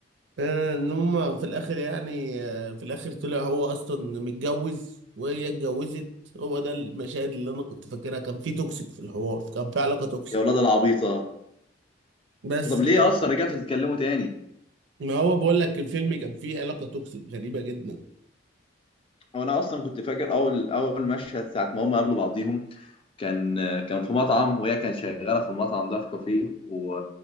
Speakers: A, on the right; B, on the left.
A: آه، ان هم في الاخر يعني آه، في الاخر طلع هو اصلا متجوز وهي اتجوزت هو ده المشاهد اللي انا كنت فاكرها كان في توكسيك في الحوار كان في علاقة توكسيك
B: يا اولاد العبيطه
A: بس
B: طب ليه
A: آه،
B: اصلا رجعتوا تتكلموا تاني
A: ما هو بقول لك الفيلم كان فيه علاقة توكسيك غريبة جدا
B: هو انا اصلا كنت فاكر اول اول مشهد ساعه ما هم قابلوا بعضيهم كان كان في مطعم وهي كان شغاله في المطعم ده في كافيه و-